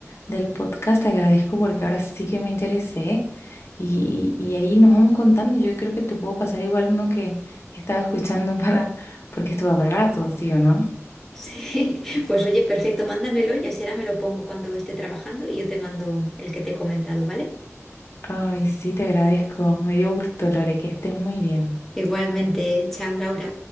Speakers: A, on the left; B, in the centre.
A: del podcast, te agradezco porque ahora sí que me interesé y, y- y ahí nos vamos contando. Yo creo que te puedo pasar igual uno que, que estaba escuchando <laughs> para, porque estuvo para rato, ¿sí o no?
B: Sí, <laughs> pues oye, perfecto, mándamelo y así ahora me lo pongo cuando esté trabajando y yo te mando el que te he comentado, ¿vale?
A: Ay, sí, te agradezco. Me dio gusto, Lore, que estés muy bien.
B: Igualmente, chao Laura.